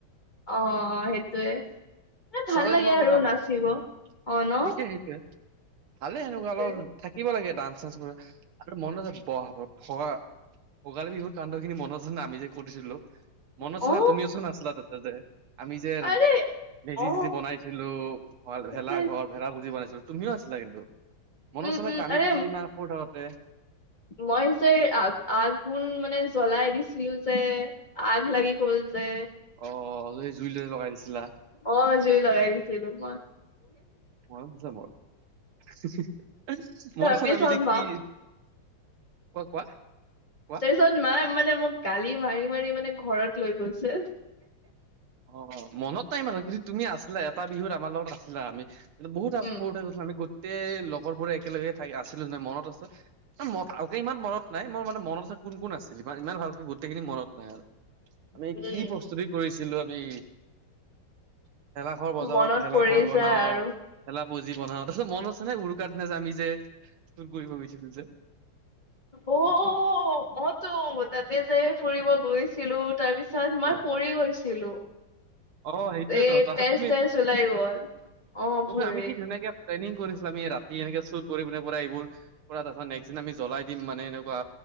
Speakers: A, on the left; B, on the right.
A: অ সেইটয়ে, মানে ভাল
B: চবে
A: লাগে
B: তোমাৰ
A: আৰু
B: কথা কয়।
A: নাচিব
B: উম,
A: অ ন।
B: ঠিকে সেইটোয়ে, ভালে সেনেকুৱা
A: সেইটোৱে
B: অলপ থাকিব লাগে ডান্স-চান্স কৰি আৰু <unintelligible> ভোৱা ভোগালী বিহুৰ কাণ্ড খিনি মনত আছে নে আমি যে কৰিছিলোঁ। মনত আছে
A: অ
B: নে তুমিওচোন আছিলা তাতে যে আমি যে
A: আৰে
B: মেজি-চেজি
A: অ
B: বনাইছিলো ভ
A: সেইটোৱে
B: ভেলা ঘৰ, ভেলা পুজি বনাইছিলোঁ। তুমিও আছিলা কিন্তু, মনত
A: উম
B: আছেনে
A: উম
B: আমি
A: আৰে
B: কিনা মান সৰু থাকোঁতে
A: মই যে আ-আগুণ মানে জ্বলাই দিছিলো যে। আগ লাগি গ'ল যে।
B: অ লৈ জুই ল লগাই দিছিলা।
A: অ জুই লগাই দিছিলো মই।
B: মনত আছে মোৰ। <unintelligible>
A: তাৰপিছত
B: মনত আছে নাই আমি যে
A: মা
B: কি, কোৱা কোৱা কোৱা।
A: পাছত মায়ে মানে মোক গালি মাৰি মাৰি মানে ঘৰত লৈ গৈছিল।
B: অ মনত নাই ইমানো কিন্তু তুমি আছিলা এটা বিহুত আমাৰ লগত আছিলা আমি কিন্তু বহুত আৰু
A: উম
B: সৰুতে আমি গোটেই লগৰ বোৰে একেলগে থাক আছিলো নে মনত আছে মই ভালকে ইমান মনত নাই মোৰ মানে মনত আছে কোন কোন আছিল। ইমান ইমান ভালকে গোটেইখিনি মনত নাই আৰু। আমি
A: উম
B: কি প্ৰস্তুতি আমি ভেলাঘৰ বজাও
A: মনত
B: ভেলাঘৰ
A: পৰি যায়
B: বনাও
A: আৰু
B: ভেলা পুজি বনাও, তাৰপিছত মনত আছে নে উৰুকাৰ দিনা যে আমি যে চুৰ কৰিব গৈছিলো যে।
A: অ-অ-অহ-অহতো তাতে যে ফুৰিব গৈছিলো, তাৰ পিছত মই
B: অ
A: পৰি গৈছিলো।
B: অ', সেইটোয়েতো
A: এই
B: তাত
A: তেজ-চেজ
B: তুমি
A: ওলাই গ'ল, অহ
B: তুমি
A: ভৰি।
B: আমি কি ধুনীয়াকে প্লেনিং কৰিছিলো আমি ৰাতি এনেকে চুৰ কৰি পিনে পুৰা এইবোৰ পৰা তাৰপিছত নেক্সট দিনা আমি জলাই দিম মানে এনেকুৱা,